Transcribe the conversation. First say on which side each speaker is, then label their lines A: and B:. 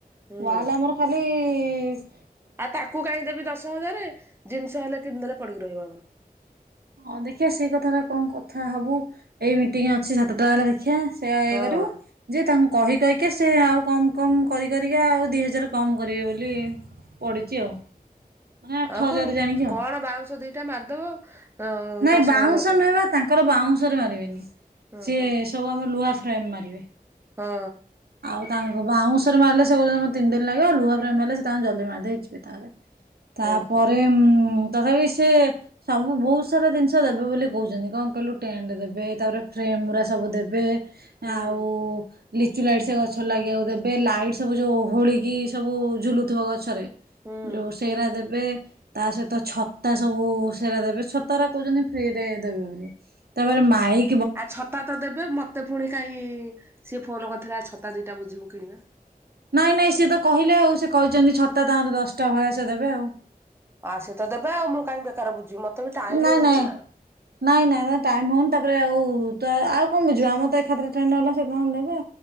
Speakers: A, on the right; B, on the right.
A: ହୁଁ
B: ୱାଲ୍ ଆମର ଖାଲି ଇସ୍
A: ଆଉ ତାକୁ କାହିଁ ଦେବି ଦଶ ହଜାରେ ଜିନିଷ ହେଲେ କିଣି ଦେଲେ ପଡିକି ରହିବ ଆମର।
B: ହଁ ଦେଖିଆ ସେଇ କଥାଟା କଣ କଥା ହବୁ ଏଇ ମିଟିଂ ଅଛି ସାତଟା ଏଳେ ଖିଆ ସେ ଇଏ
A: ହଁ
B: କରିବୁ ଯେ ତାଙ୍ କହି କହିକା ସେ ଆଉ କମ କମ କରି କରିକା ଆଉ ଦି ହଜାର କମ କରିବେ ବୋଲି ପଡ଼ିଚି ଆଉ। ମାନେ ଆଠ
A: ଆଉ
B: ହଜାର
A: କଣ
B: ଜାଣିକି ଆଉ
A: କଣ ବାଉଁଶ ଦିଟା ମାରିଦବ ଅ
B: ନାଇଁ
A: ଦଶ
B: ବାଉଁଶ
A: ହଜାର ଟଙ୍କା
B: ନୁହେଁ ବା ତାଙ୍କର ବାଉଁଶରେ ମାରିବେନି
A: ହଁ
B: ସିଏ
A: ହଁ
B: ସବୁ ଆମ ଲୁହା ଫ୍ରେମ ମାରିବେ।
A: ହଁ।
B: ଆଉ ତାଙ୍କୁ ବାଉଁଶରେ ମାରିଲେ ସେ କୋହୁଚନ୍ତି ମତେ ତିନି ଦିନ ଲାଗିବ ଲୁହା ଫ୍ରେମ ହେଲେ ସେ ତାଙ୍କ ଜଲଦି ମାରିଦେଇକି ଯିବେ ତାରେ। ତାପରେ
A: ଓହୋ
B: ମୁଁ ତଥାପି ସେ ସବୁ ବୋହୁତ ସାରା ଜିନିଷ ଦେବେ ବୋଲି କୋହୁଚନ୍ତି କଣ କହିଲୁ ଟେଣ୍ଟ ଦେବେ ତାପରେ ଫ୍ରେମଗୁରା ସବୁ ଦେବେ
A: ହୁଁ
B: ଆଉ ଲିଚୁ ଲାଇଟ୍ ସେ ଗଛ ଲାଗିବାକୁ ଦେବେ ଲାଇଟ୍ ସବୁ ଯୋଉ ଓହୋଳିକି ସବୁ ଝୁଲୁଥୁବ ଗଛରେ
A: ହୁଁ।
B: ଯୋଉ ସେଇରା ଦେବେ ତା ସହିତ ଛତା ସବୁ ସେରା ଦେବେ ଛ ତରା କୋହୁଚନ୍ତି ଫ୍ରିରେ ଦେବେ ବୋଲି। ତାପରେ ମାଇ
A: ଆ ଛତା ତ ଦେବେ ମତେ ଫୁଣି କାହିଁ ସିଏ ଫୋନ କରିଥିଲା ଛ ତା ଦିଟା ବୁଝିବୁ କିଣବା
B: ନାଇଁ ନାଇଁ ସିଏ ତ କହିଲେ ଆଉ ସେ କହିଚନ୍ତି ଛତା ତାଙ୍କର ଦଶଟା ଭଳିଆ ସେ ଦେବେ ଆଉ।
A: ଆ ସିଏ ତ ଦେବେ ଆଉ ମୁଁ କାଇଁ ବେକାର ବୁଝିମି ମ ତାପରେ ଟାଇମ
B: ନାଇଁ
A: ହୋଉନି ନାଁ
B: ନାଇଁ ନାଇଁ ନାଇଁ ଟାଇମ ହୋଉନି ତାପରେ ଆଉ ତ ଆଉ କଣ ବୁଝିବ ଆମର ତ ଏକାଥରେ ଟେଣ୍ଟ୍ ହେଲା ସେ ତାଙ୍କର ଦେବେ।